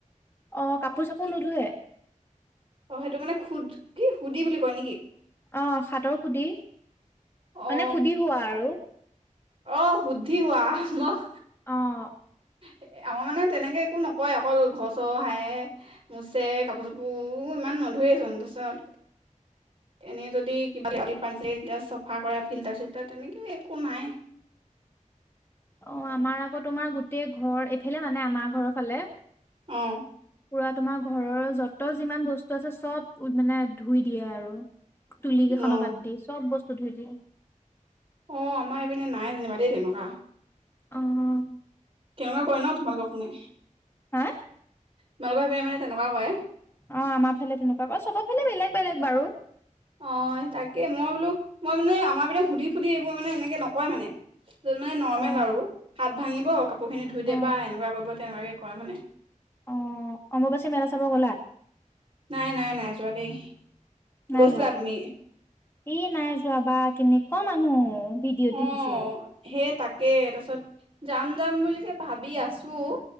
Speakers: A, on the left; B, on the right.
A: অ কাপোৰ- চাপোৰ
B: কি
A: নোধোৱে
B: অ সেইটো মানে খুদ কি সুধি বুলি কয় নেকি
A: অ হাটৰ সুধি
B: অ
A: মানে সুধি হোৱা আৰু
B: অ সুদ্ধি হোৱা মোক
A: অ',
B: এ আমাৰ মানে তেনেকে একো নকয় অকল ঘৰ চৰ হায়ে মুচে কাপোৰ -চাপোৰ ইমান নুধুৱেই চোন তাৰপিছত এনে যদি কিবা পান তেতিয়া চফা কৰে ফিল্টাৰ চিল্টাৰ তেনেকে একো নাই।
A: অ আমাৰ আকৌ তোমাৰ গোটেই ঘৰ এইফালে মানে আমাৰ ঘৰৰ ফালে
B: অহ
A: পুৰা তোমাৰ ঘৰৰ যত যিমান বস্তু আছে চব মানে ধুই দিয়ে আৰু। তুলি
B: অ
A: কেইখনৰ বাদ দিয়ে চব বস্তু ধুই দিয়ে
B: অ আমাৰ এইপিনে নাই যেনিবা দেই তেনেকোৱা।
A: অহ
B: কেনেকোৱা কয় ন তোমালোকৰ পিনে।
A: হা
B: তোমালোক সেইপিনে মানে তেনেকুৱা কৰে
A: অ আমাৰ ফালে তেনেকোৱা ক অ চবৰ ফালে বেলেগ বেলেগ বাৰু।
B: অ তাকে মই বোলো মই মানে আমাৰ মানে সুধি ফুধি এইবোৰ মানে এনেকে নকয় মানে। মানে নৰ্মেল
A: অ',
B: আৰু হাত ভাঙিব কাপোৰখিনি ধুই
A: অ',
B: দেবা এনেকোৱা কৰিব তেনেকোৱাকৈ কৰে মানে।
A: অ অম্বুবাচী মেলা চাব গ'লা।
B: নাই নাই নাই যোৱা দেই।
A: নাই
B: গৈছিলা
A: যোৱা
B: তুমি
A: ই নাই যোৱা বা কেনেকোৱা মানুহ। ভিডিঅ'ত
B: অ
A: দেখিছো
B: সেই তাকে তাৰপিছত যাম যাম বুলিকে ভাবি আছোঁ